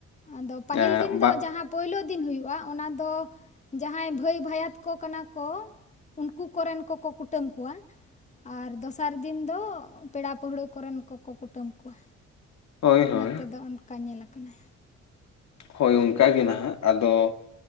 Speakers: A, on the left; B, on the left.
A: ᱟᱫᱚ ᱯᱟᱹᱦᱤᱞ
B: ᱮᱸ
A: ᱫᱤᱱ ᱫᱚ
B: ᱵᱟ
A: ᱡᱟᱦᱟᱸ ᱯᱳᱭᱞᱳ ᱫᱤᱱ ᱦᱩᱭᱩᱜᱼᱟ ᱚᱱᱟ ᱫᱚ ᱡᱟᱦᱟᱸᱭ ᱵᱷᱟᱹᱭ ᱵᱷᱟᱭᱟᱛ ᱠᱚ ᱠᱟᱱᱟ ᱠᱚ ᱩᱱᱠᱩ ᱠᱚᱨᱮᱱ ᱠᱚᱠᱚ ᱠᱩᱴᱟᱹᱢ ᱠᱚᱣᱟ ᱟᱨ ᱫᱚᱥᱟᱨ ᱫᱤᱱ ᱫᱚ ᱯᱮᱲᱟ ᱯᱟᱹᱲᱦᱟᱹ ᱠᱚᱨᱮᱱ ᱠᱚᱠᱚ ᱠᱩᱴᱟᱹᱢ ᱠᱚᱣᱟ
B: ᱦᱳᱭ ᱦᱳᱭ
A: ᱱᱚᱛᱮ ᱫᱚ ᱚᱱᱠᱟ ᱧᱮᱞ ᱟᱠᱟᱱᱟ
B: ᱦᱳᱭ ᱚᱱᱠᱟᱜᱮ ᱱᱟᱦᱟᱸᱜ ᱟᱫᱚ